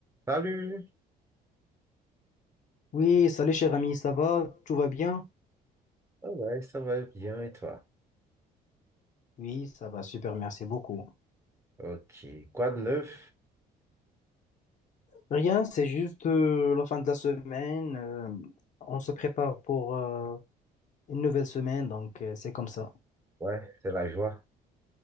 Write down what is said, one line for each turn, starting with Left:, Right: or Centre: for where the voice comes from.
Right: Salut!
Left: Oui, salut cher ami, ça va? Tout va bien?
Right: Ah ouais, ça va bien et toi?
Left: Oui, ça va, super, merci beaucoup.
Right: Ok. Quoi de neuf?
Left: Rien, c'est juste euh, la fin de la semaine. euh, on se prépare pour euh, une nouvelle semaine, donc euh, c'est comme ça.
Right: Ouais, c'est la joie.